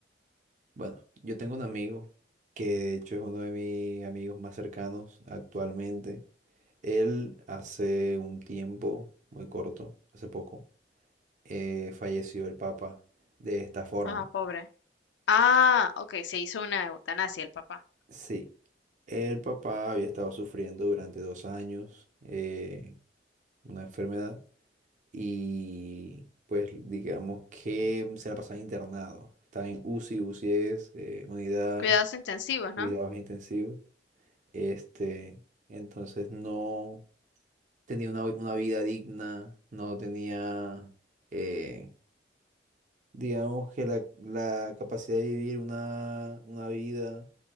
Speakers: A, on the right (about 45°); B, on the left (about 80°).
A: Bueno, yo tengo un amigo que de hecho es uno de mis amigos más cercanos actualmente. Él hace un tiempo, muy corto, hace poco, eh, falleció el papá de esta forma.
B: Ah, pobre. Ah, ok, se hizo una eutanasia el papá.
A: Sí, el papá había estado sufriendo durante dos años eh, una enfermedad y pues digamos que se la pasaba internado. Estaba en UCI, UCI es eh, unidad,
B: Cuidados intensivos,
A: cuidados
B: ¿no?
A: intensivos. Este, entonces no tenía una, una vida digna, no tenía, eh, digamos que la, la capacidad de vivir una, una vida